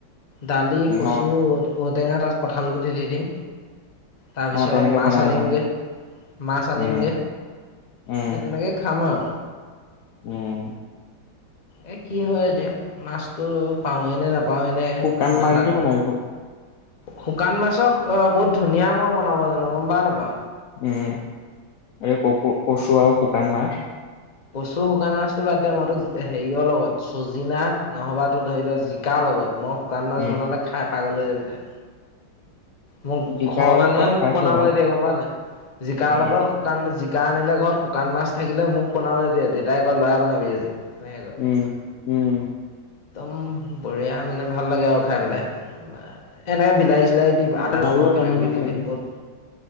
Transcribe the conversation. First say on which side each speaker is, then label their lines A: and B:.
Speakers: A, on the left; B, on the left.
A: দালি,
B: উম
A: কচু,
B: অ',
A: ঔ-ঔটেঙা তাত কঁঠালগুটি দি দিম। তাৰপিছত
B: অ', তেনেকে
A: মাছ
B: বনাবি
A: আনিমগে,
B: মানে
A: মাছ
B: উম,
A: আনিমগে।
B: উম,
A: সেই তেনেকে খাম আও।
B: উম।
A: এই কি হয় এতিয়া মাছটো পাওঁৱেই নে নাপাওঁৱেই নে
B: শুকান
A: ইমান
B: মাছ
A: ৰাতি।
B: দি বনাবি শু
A: শুকান মাছক অহ, বহুত ধুনীয়া মই বনাব জানো গম পা নাপা?
B: উম, এই ক'ক কচু আৰু শুকান মাছ।
A: কচু শুকান মাছটো বাদ দে মই তোক হেৰিয় লগত, চজিনা নহ'বাটো ধৰি লওঁ জিকাৰ লগত। মই শুকান মাছ
B: উম।
A: বনালে খাই পাগল হৈ যাবি তই। মোক
B: জিকাৰ
A: ঘৰৰ
B: লগত
A: মানুহে
B: বাৰু
A: মোক
B: খাইছো
A: বনাবলৈ
B: বাৰু
A: দিয়ে গম পা নাই জিকাৰ
B: উম,
A: লগত শুকান জি কা আনে ঘৰত শুকান মাছ থাকিলে মোক বনাব দিয়ে দেউতাই কয় ল'ৰাই বনাবি আজি। তেনেকে কয়
B: উম, উম।
A: একদম বঢ়িয়া মানে ভাল লাগে আৰু খাই পেলাই, এনেকে বিলাহী চিলাহী দি আদা
B: তই বনাবও
A: নহৰু কিবা
B: জানো
A: কিবি
B: নহয়
A: দি
B: ভালকে
A: টিপত